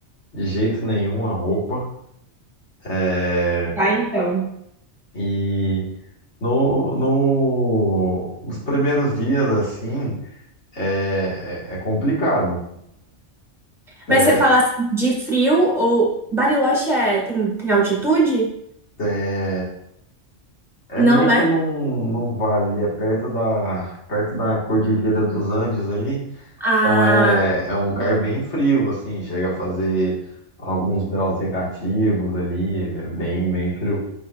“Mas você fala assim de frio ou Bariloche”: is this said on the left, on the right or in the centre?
Centre